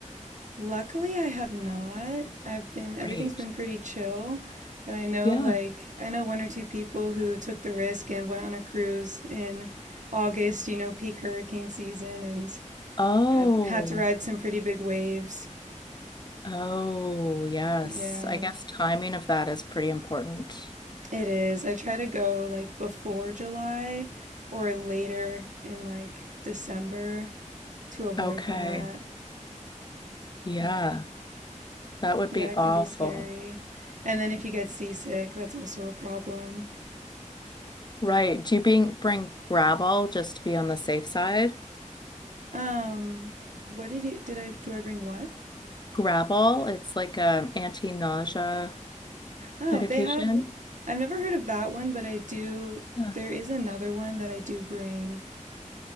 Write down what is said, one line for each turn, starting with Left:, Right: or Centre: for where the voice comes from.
Right: Luckily, I have not. I've been, everything's
Left: Great.
Right: been pretty chill, but I know
Left: Yeah.
Right: like, I know one or two people who took the risk and went on a cruise in August, you know, peak hurricane season and
Left: Oh.
Right: had had to ride some pretty big waves.
Left: Oh, yes.
Right: Yeah,
Left: I guess timing of that is pretty important.
Right: it is. I try to go like before July or later in like December to avoid
Left: Okay.
Right: that.
Left: Yeah,
Right: Yeah.
Left: that would
Right: Yeah,
Left: be
Right: it
Left: awful.
Right: can be scary. And then if you get seasick, that's also a problem.
Left: Right. Do you bring bring Gravol just to be on the safe side?
Right: Um, what did you did I do I bring what?
Left: Gravol, it's like um anti-nausea
Right: Oh,
Left: medication.
Right: they have I've never heard of that one, but I do
Left: Yeah.
Right: there is another one that I do bring.